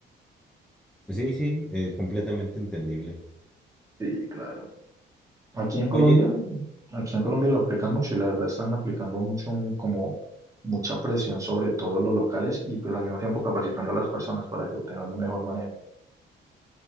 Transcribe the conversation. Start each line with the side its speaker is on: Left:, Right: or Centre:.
Centre: sí, sí, eh, completamente entendible.
Right: Sí, claro. Aquí en Colombia,
Centre: Oye,
Right: aquí en Colombia lo aplican mucho y la verdad están aplicando mucho un- como mucha presión sobre todos los locales y pues al mismo tiempo capacitando a las personas para que obtengan un mejor manejo.